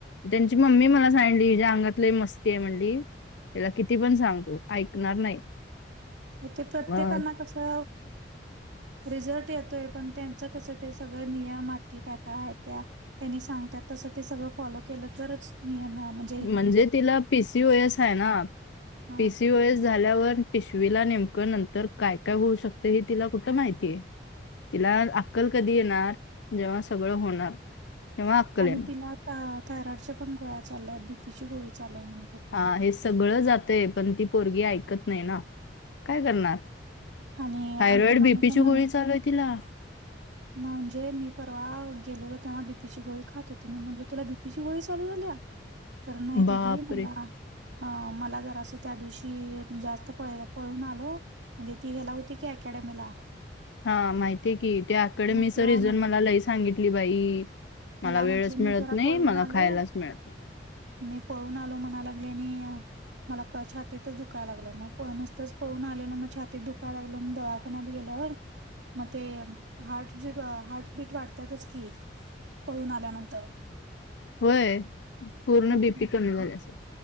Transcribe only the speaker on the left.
त्यांची मम्मी मला सांलीज अंगात इ मस्ती आहे म्हणली त्याला किती पण सांग तू ऐकणार नाही
अ,
म्हणजे तिला पीसीओएस आहे ना
पीसीओएस झाल्यावर पिशवीला नेमकं नंतर काय काय होऊ शकतं हे तिला कुठं माहितीय तिला अक्कल कधी येणार जेव्हा सगळं होणार तेव्हा अक्कल
येणार
हा
हे सगळं जातय पण ती पोरगी ऐकत नाही ना काय करणार
थायरॉइड
बीपीची
गोळी
चालू आहे तिला
बापरे
हा माहितीय की ते आकडे मी
स
रिजून
मला लई सांगितली बाई मला वेळच
मिळत
नाही
मला
खायलाच मिळत नाही
होय पूर्ण
बीपी
कमी झाली असे